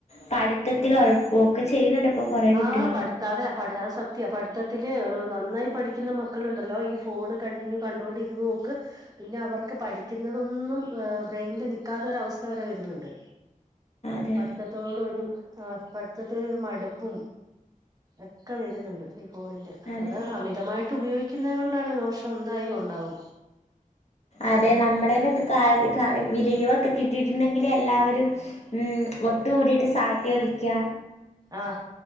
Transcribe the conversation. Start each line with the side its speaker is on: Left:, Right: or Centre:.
Left: പഠിത്തത്തിൽ ഒഴപ്പൊക്കെ ചെയ്യുന്നുണ്ട് ഇപ്പോ കുറെ
Right: ആഹ്
Left: കുട്ടികള്
Right: പഠിത്താതെ പഠി അത് പഠിത്തത്തില് നന്നായി പഠിക്കുന്ന മക്കളുണ്ടല്ലോ ഈ ഫോണ് കണ്ടിന്യൂ കണ്ണ്ടോണ്ടിരുന്ന് നോക്ക് പിന്നെ അവർക്ക് പഠിക്കുന്നതൊന്നും ബ്രെയിനിൽ നിൽക്കാത്തൊരു അവസ്ഥ വരെ വരുന്നുണ്ട്
Left: അതെ
Right: പഠിത്തത്തോട് ഒരു ആ പഠിത്തത്തോട് ഒരു മടുപ്പും ഒക്കെ വരുന്നുണ്ട് ഈ ഫോണിന്റെ
Left: അതെ
Right: അത് അമിതമായിട്ട് ഉപയോഗിക്ക ക്കുന്ന കൊണ്ടാണ് ദോഷം എന്തായാലും ഉണ്ടാവും
Left: അതെ നമ്മടനൊക്കെ വിലീവൊക്കെ കിട്ടിയിട്ടുണ്ടെങ്കിൽ എല്ലാവരും ഉ ഒത്ത് കൂഡീട്ട് സാറ്റ്കൾക്യ!
Right: ആഹ്